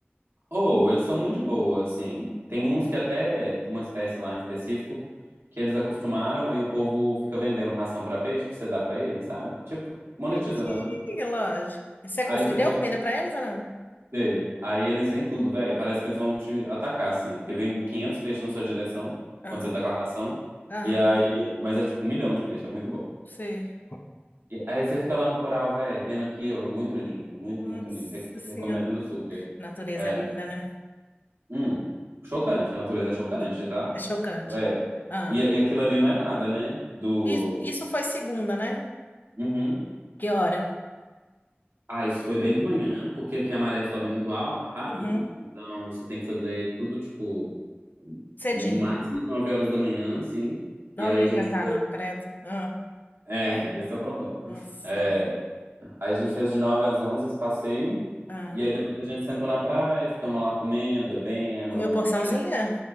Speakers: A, on the right; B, on the left.
A: Ou eles são muito de boa, assim.
B: Hum.
A: Tem uns que até uma espécie lá em específico que eles acostumaram, aí o povo fica vendendo ração para peixe, pra você dar para eles sabe? Tipo, monetizando,
B: Sim,
A: né?
B: lógico. Você,
A: Aí
B: você
A: você
B: deu
A: fica
B: comida pra eles ou não?
A: Sei. Aí eles vêm tudo, velho. Parece que eles vão te atacar, assim. Porque vem 500 peixes na sua direção,
B: Ah.
A: quando você tá com a ração.
B: Ah.
A: E aí. Mas é tipo um milhão de peixes, é muito bom.
B: Sei.
A: E aí você fica lá no coral, velho, vendo aquilo. Muito lindo, muito,
B: Nossa
A: muito lindo. Re-
B: Senhora.
A: Recomendo super.
B: Natureza
A: É.
B: é linda, né?
A: Hum, chocante. A natureza é chocante,
B: Sim,
A: tá?
B: É chocante.
A: Velho.
B: Ah,
A: E, e aquilo ali não é nada, né? Do.
B: e- isso foi segunda, né?
A: Uhum.
B: Que hora?
A: Ah, isso foi bem de manhã, porque aqui a maré sobe muito al- rápido.
B: Uhum.
A: Então você tem que fazer tudo, tipo.
B: Cedinho.
A: No máximo 9 horas da manhã, assim.
B: Não,
A: E aí
B: não ia
A: a gente.
B: aguentar, não, credo. Ah,
A: É, <laughs> esse é o problema.
B: nossa.
A: É, aí a gente fez de 9 às 11 esse passeio.
B: Ah.
A: E aí depois a gente sentou na praia, ficamos lá comendo, bebendo,
B: Comeu porçãozinha?
A: é,